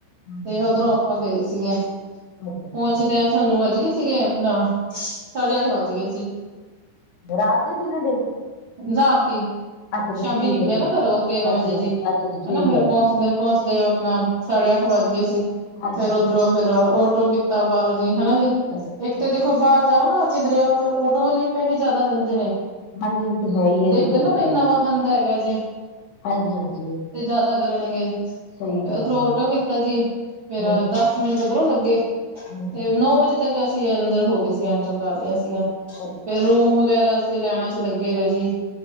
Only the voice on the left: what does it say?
ਹਾਂਜੀ
ਹਾਂਜੀ
ਅੱਛਾ ਅੱਛਾ
ਰਾਤ ਦੇ, ਦਿਨੇ ਦੇ
ਅੱਛਾ ਅੱਛਾ
ਠੀਕ
ਹੈ ਜੀ
ਹਾਂਜੀ
ਹਾਂਜੀ ਅੱਛਾ ਅੱਛਾ ਠੀਕ
ਹੈ
ਜੀ
ਹਾਂਜੀ
ਅੱਛਾ ਠੀਕ
ਹੈ ਜੀ
ਹਾਂਜੀ ਹਾਂਜੀ ਤੇ ਹੈ ਹੀ ਹੈ
ਜੀ ਸਹੀ
ਗੱਲ
ਹੈ
ਹਾਂਜੀ ਹਾਂਜੀ
ਸਹੀ ਗੱਲ
ਹੈ ਜੀ
ਹਾਂਜੀ
ਹਾਂਜੀ
ਹਾਂ